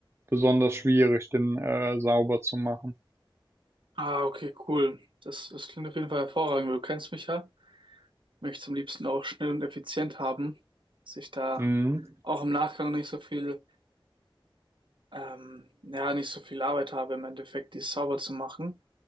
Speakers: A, on the right (about 30°); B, on the right (about 65°).
A: besonders schwierig, den äh, sauber zu machen.
B: Ah, okay, cool. Das, das klingt auf jeden Fall hervorragend. Du kennst mich ja. Möchte es am liebsten auch schnell und effizient haben, dass ich da
A: Mhm.
B: auch im Nachgang nicht so viel, ähm, ja, nicht so viel Arbeit habe, im Endeffekt die sauber zu machen.